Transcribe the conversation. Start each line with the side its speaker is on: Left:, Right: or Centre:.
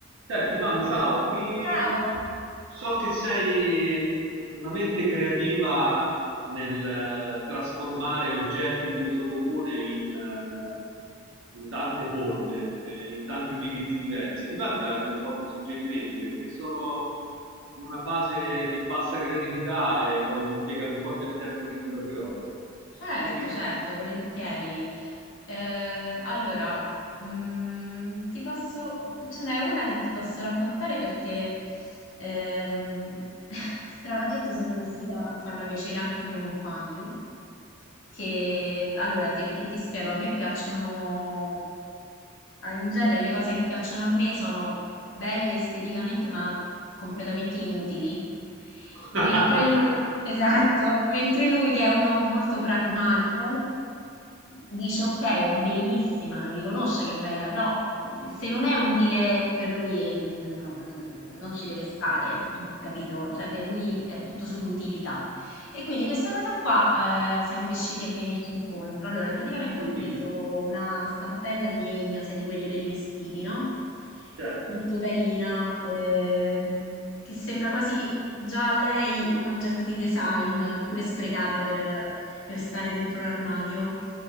Right: Senti, Manu, ciao, mi...
Left: Ciao,
Right: so che sei una mente creativa nel eh, trasformare oggetti di uso comune in, eh, in tante forme, eh, in tanti utilizzi diversi. Ti va di darmi un po' di suggerimenti? Perché sono in una fase di bassa creatività e voglio impiegare un po' del tempo libero che ho.
Left: certo,
Right: Che mi dici?
Left: certo, volentieri. Eh, allora, mm, ti posso, ce n'è una che ti posso raccontare perché ehm, <laughs> stranamente sono riuscita a farla piacere anche al mio compagno. che allora ti, che ti spiego, a me piacciono ah, in genere le cose che piacciono a me sono belle esteticamente, ma completamente inutili.
Right: <laughs>
Left: Mentre lui, esatto, mentre lui che è uno molto pragmatico, dice ok, è bellissima, lo riconosce che è bella, però mh, se non è utile per lui eh, mh, non, non ci deve stare, in- capito? Cioè, per lui è tutto sull'utilità. E quindi questa cosa qua eh, siamo riusciti a venirci incontro. Allora, praticamente ho
Right: Dimmi,
Left: preso
Right: dimmi,
Left: una stampella di legno, sai, di quelle per i vestiti, no?
Right: certo.
Left: Molto carina, ehm, che sembra quasi già a lei un oggetto di design, pure sprecata per per stare dentro l'armadio.